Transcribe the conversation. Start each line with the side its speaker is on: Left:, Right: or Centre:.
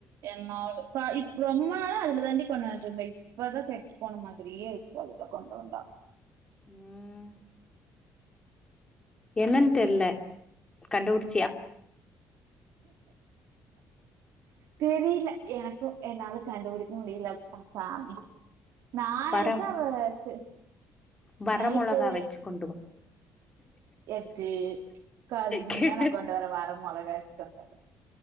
Right: என்னாடு கா இப் ரொம் நாளா அதுல தாண்டி கொண் வந்ட்ருந்தே இப்பதா கெட்டு போன மாதிரியே இருக்கு அதுல கொண்டு வந்தா
Left: ம் என்னன் தெர்ல கண்டுபுடி
Right: தெரியில எனக்கு என்னால கண்டுபுடிக் முடியில அப்பா சாமி நா நெனச்ச
Left: வர
Right: அவ ச
Left: வர
Right: நைட்டு
Left: மொளகா வச்சு கொண்டு வா
Right: எதுக்கு கறி மீனா
Left: கெ
Right: நா கொண்டு வரே வர மொளகாச்சு கொண்டு வரே